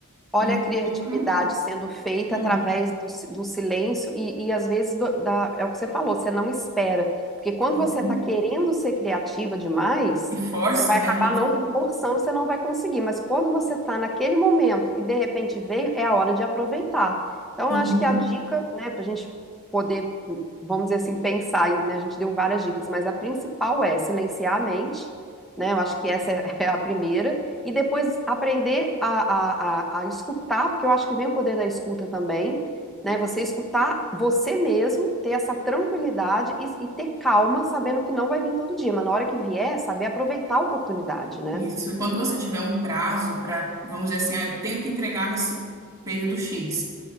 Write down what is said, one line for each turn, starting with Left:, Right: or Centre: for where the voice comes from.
Centre: Olha
Right: no futuro.
Centre: a criatividade sendo feita
Right: Uhum,
Centre: através do, si- do silêncio e, e às vezes do- da- é o que você falou, você não espera. Porque quando
Right: uhum.
Centre: você está querendo ser criativa demais,
Right: E força,
Centre: você vai
Right: né?
Centre: acabar
Right: Isso.
Centre: não forçando, você não vai conseguir. Mas quando você está naquele momento e de repente veio, é a hora de aproveitar. Então,
Right: Uhum.
Centre: acho que a dica, né, para a gente poder, vamos dizer assim, pensar, em- né, a gente deu várias dicas, mas a principal é silenciar a mente, né? Eu acho que essa é <laughs> é a primeira e depois aprender a, a, a, a escutar, porque eu acho que vem o poder da escuta também, né? Você escutar você mesmo, ter essa tranquilidade e, e ter calma, sabendo que não vai vir todo dia, mas na hora que vier, saber aproveitar a oportunidade, né?
Right: Isso. E quando você tiver um prazo para, vamos dizer assim, ah, eu tenho que entregar nesse período X.